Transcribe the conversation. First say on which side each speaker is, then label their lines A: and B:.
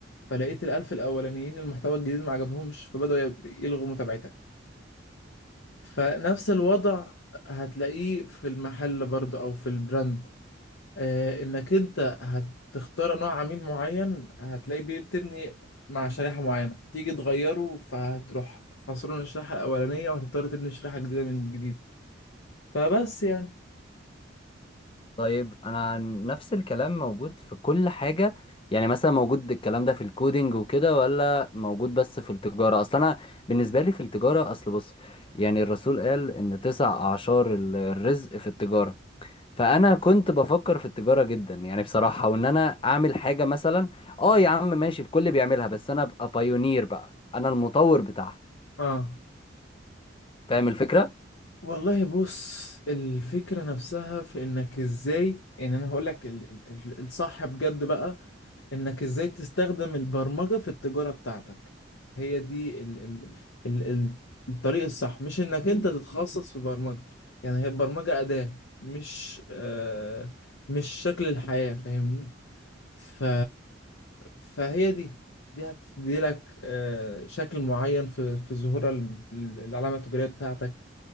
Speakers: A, on the left (about 80°); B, on the left (about 30°).
A: فلقيت الألف الأولانيين المحتوى الجديد ما عجبهمش فبدأوا يب- يلغوا متابعتك فنفس الوضع هتلاقيه في المحل برضه أو في البراند آه، انك انت هتختار نوع عميل معين هتلاقيه بتبني مع شريحة معينة تيجي تغيره فهتروح خسران الشريحة الأولانية وهتضطر تبني شريحة جديدة من جديد فبس يعني
B: طيب انا نفس الكلام موجود في كل حاجة يعني مثلا موجود الكلام ده في الكودينج وكده ولا موجود بس في التجارة اصل انا بالنسبة لي في التجارة اصل بص يعني الرسول قال ان تسع اعشار ال- الرزق في التجارة فانا كنت بفكر في التجاره جدا يعني بصراحه وان انا اعمل حاجه مثلا اه يا عم ماشي الكل بيعملها بس انا ابقى بايونير بقى انا المطور بتاعها
A: اه
B: فاهم الفكره
A: والله بص الفكرة نفسها في انك ازاي يعني انا هقولك ال- ال- ال- الصح بجد بقى انك ازاي تستخدم البرمجة في التجارة بتاعتك هي دي ال ال ال ال الطريق الصح مش انك انت تتخصص في برمجة يعني هي البرمجة أداة مش آه مش شكل الحياة فاهمني ف فهي دي دي هتدي لك آه شكل معين في في ظهور ال- العلامة التجارية بتاعتك